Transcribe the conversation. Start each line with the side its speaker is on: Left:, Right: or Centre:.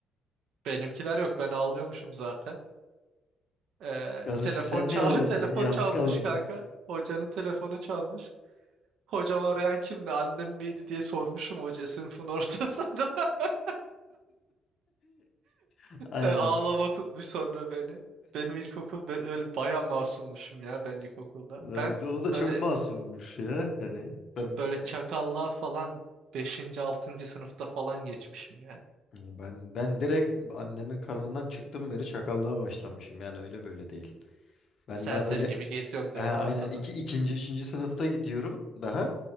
Right: Benimkiler yok ben ağlıyormuşum zaten. Ee,
Left: Kardeşim
Right: telefon
Left: sen
Right: çal
Left: niye alıyorsun
Right: <laughs> telefon
Left: ya? Yalnız
Right: çalmış
Left: kaldın
Right: kanka.
Left: diye.
Right: Hocanın telefonu çalmış. Hocam arayan kimdi annem miydi diye sormuşum hoca sınıfın ortasında. <laughs>
Left: <laughs> Aynen.
Right: Ee, Ağlama tutmuş sonra beni. Benim ilkokul be- öyle bayağı masummuşum ya ben ilkokulda.
Left: Lan
Right: Ben
Left: O da çok
Right: böyle
Left: masummuş ya. Hani ben
Right: Böyle çakallığa falan beşinci 6. sınıfta falan geçmişim ya.
Left: ben ben direkt annemin karnından çıktım beri çakallığa başlamışım. Yani öyle böyle değil. Ben
Right: Serseri
Left: daha böyle
Right: gibi geziyorum diyorsun
Left: ha, aynen
Right: ha ortada.
Left: iki, ikinci, üçüncü sınıfta gidiyorum daha.